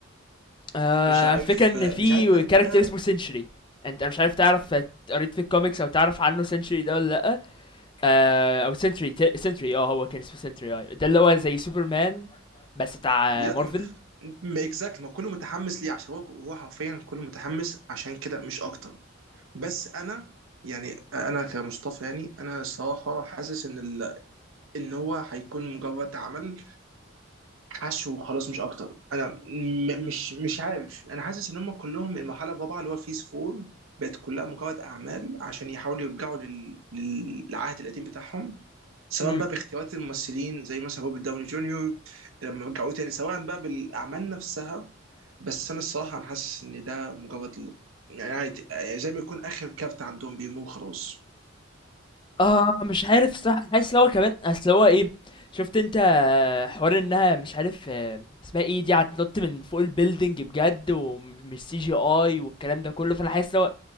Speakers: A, on the left; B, on the right.
A: آه
B: مش عارف
A: فكرة ان
B: آه،
A: في
B: مش عارف هل
A: كاركتر
B: ده
A: اسمه سنشري انت أنا مش عارف تعرف قريت في الكوميكس او تعرف عنه سنشري ده ولا لا آه او سنشري سنشري اه هو كان اسمه سنشري آه ده اللي هو زي سوبرمان بس بتاع
B: يا
A: مارفل
B: ما ما- exactly، ما كله متحمس ليه عشان هو هو حرفيا كله متحمس عشان كده مش اكتر بس انا يعني انا كمصطفى يعني انا الصراحه حاسس ان ال... ان هو هيكون مجرد عمل حشو وخلاص مش اكتر انا م مش مش عارف انا حاسس ان هم كلهم المرحله الرابعه اللي هو فيز فور بقت كلها مجرد اعمال عشان يحاولوا يرجعوا لل... لل- للعهد القديم بتاعهم سواء
A: امم
B: بقى باختيارات الممثلين زي مثلا روبرت داوني جونيور لما رجعوه تاني سواء بقى بالاعمال نفسها بس انا الصراحه انا حاسس ان ده مجرد ال- يعني عادي يعني زي ما يكون اخر كارت عندهم بيمو خلاص
A: آه مش عارف الصراحة أنا حاسس إن هو كمان أصل هو إيه شُفت أنت حوار إنها مش عارف آه، اسمها إيه دي هتنط من فوق الbuilding بجد ومش CGI والكلام ده كلّه، فأنا حاسس إن هو